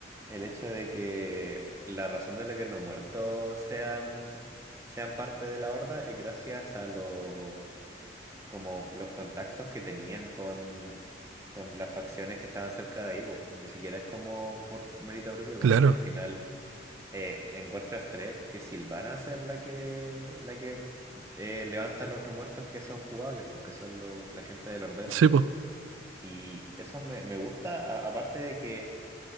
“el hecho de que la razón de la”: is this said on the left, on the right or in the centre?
Right